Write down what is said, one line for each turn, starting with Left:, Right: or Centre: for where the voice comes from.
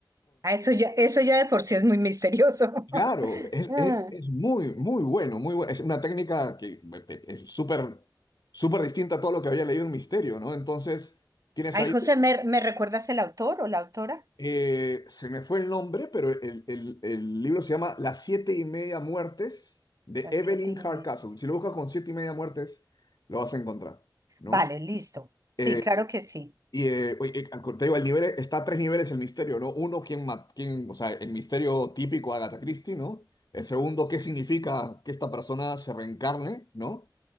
Right: Ah, Eso ya, eso ya de por sí es muy misterioso.
Left: Claro,
Right: <laughs>
Left: es,
Right: Ah.
Left: es- es muy, muy bueno, muy bueno. Es una técnica que eh, es súper, súper distinta a todo lo que había leído en Misterio, ¿no? Entonces, tienes
Right: Ay,
Left: ahí,
Right: José, ¿me, me recuerdas el autor o la autora?
Left: eh, se me fue el nombre, pero el, el- el libro se llama Las siete y media muertes de
Right: Las
Left: Evelyn
Right: siete y
Left: Hardcastle.
Right: media.
Left: Si lo buscas con siete y media muertes, lo vas a encontrar, ¿no?
Right: Vale, listo. Sí,
Left: Eh,
Right: claro que sí.
Left: Y eh, oye, eh, te digo, el nivel está a tres niveles el misterio, ¿no? Uno, ¿quién, ma- quién, o sea, el misterio típico de Agatha Christie, ¿no? El segundo, ¿qué significa que esta persona se reencarne, ¿no?